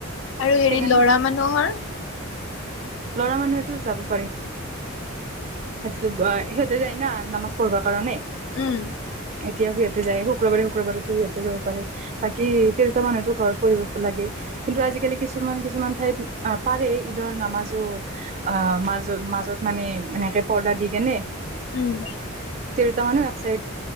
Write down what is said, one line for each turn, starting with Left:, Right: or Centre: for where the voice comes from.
Left: আৰু হেৰি
Right: সেইকাৰণে
Left: ল'ৰা মানুহৰ
Right: লৰা মানুহেতো যাব পাৰি সিহঁতো অ সিহঁতে যায় না নামাজ পঢ়বৰ কাৰণে
Left: উম
Right: এতিয়াও সিহতে যায় শুক্ৰবাৰে শুক্ৰবাৰেতো সিহতে যাব পাৰে বাকী তিৰোতা মানুহতো ঘৰত পঢ়িব লাগে কিন্তু আজিকালি কিছুমান কিছুমান ঠাইত আহ পাৰে ঈদৰ নামাজ অ মা মাজত মানে এনেকে পৰদা দি কেনে
Left: উম।
Right: তিৰোটা মানুহ এক চাইড